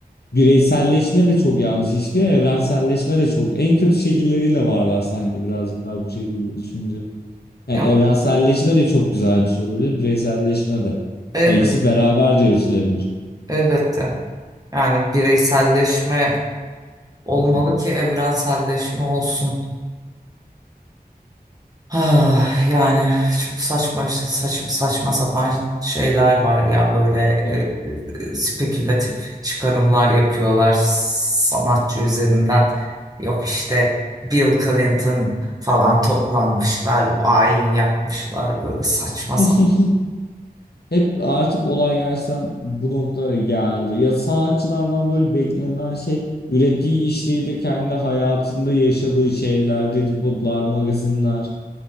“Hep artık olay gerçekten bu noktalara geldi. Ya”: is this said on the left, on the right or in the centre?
Left